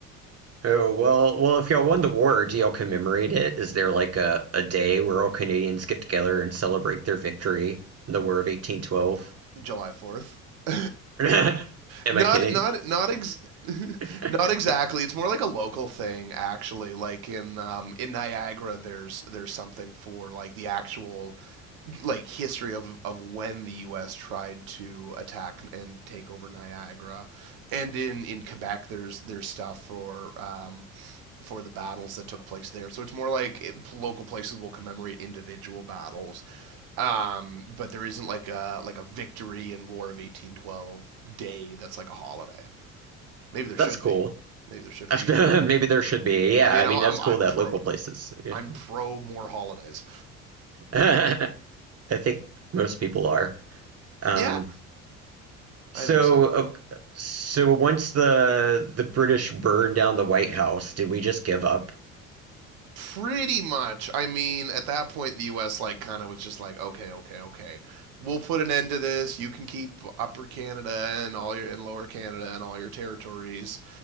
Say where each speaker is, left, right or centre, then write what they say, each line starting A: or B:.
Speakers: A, on the right; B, on the right.
A: Oh, well, well, if y'all won the war, do y'all commemorate it? Is there like a, a day where all Canadians get together and celebrate their victory in the War of 1812?
B: July 4th. <laughs>
A: <laughs> Am
B: not
A: I kidding?
B: not not ex- <laughs>
A: <laughs>
B: not exactly. It's more like a local thing actually. Like in um in Niagara there's there's something for like the actual like history of of when the US tried to attack and take over Niagara. And in in Quebec there's there's stuff for um for the battles that took place there. So it's more like it, local places will commemorate individual battles, um, but there isn't like a like a victory in War of 1812 day that's like a holiday. Maybe there
A: That's
B: should
A: cool.
B: be. Maybe there should be.
A: <laughs>
B: We,
A: Maybe there should be. Yeah,
B: I mean,
A: I mean
B: I'm I'm,
A: that's cool
B: I'm
A: that
B: pro
A: local places. Yeah.
B: I'm pro more holidays.
A: <laughs> I think most people are. Um,
B: Yeah,
A: so,
B: I think so.
A: ok- so once the the British burned down the White House, did we just give up?
B: Pretty much. I mean, at that point, the U.S. like kind of was just like, okay, okay, okay. We'll put an end to this. You can keep Upper Canada and all your and Lower Canada and all your territories